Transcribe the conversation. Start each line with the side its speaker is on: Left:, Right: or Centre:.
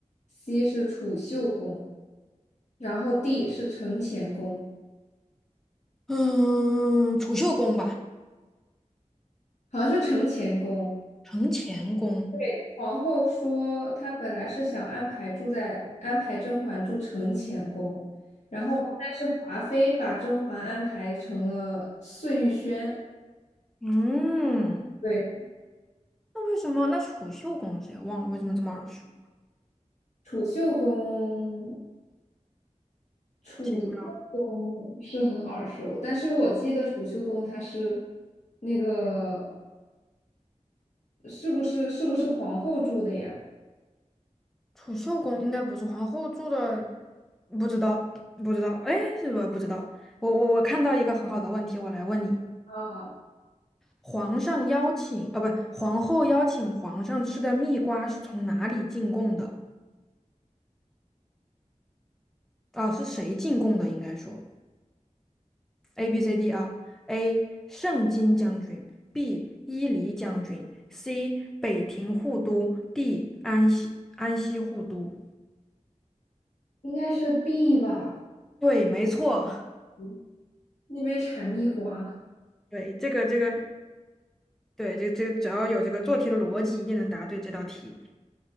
Left: ，C 是储秀宫，然后 D 是承乾宫，
Centre: 嗯，储秀宫吧，
Left: 好像是承乾宫。
Centre: 承乾宫。
Left: 对皇后说，她本来是想安排住在安排甄嬛住承乾宫，然后但是华妃把甄嬛安排成了碎玉轩。
Centre: 哦，嗯，
Left: 对，
Centre: 那为什么？那储秀宫是谁忘了？为什么这么耳熟？
Left: 储秀宫，储秀宫是很耳熟，
Centre: 记不到。
Left: 但是我记得储秀宫它是那个是不是是不是皇后住的呀？
Centre: 储秀宫应该不是皇后住的，不知道，不知道，哎，是吧？不知道。我我我看到一个很好的问题，我来问你：
Left: 啊，
Centre: 皇上邀请，啊，不，皇后邀请皇上吃的蜜瓜是从哪里进贡的？啊，是谁进贡的？应该说 A B C D 啊，A 盛京将军，B 伊犁将军，C 北庭护都，D 安西安西护都。
Left: 应该是 B 吧，
Centre: 对，没错。
Left: 嗯那边产蜜瓜
Centre: <laughs> 对，这个这个对，这这只要有这个做题的逻辑，一定能答对这道题。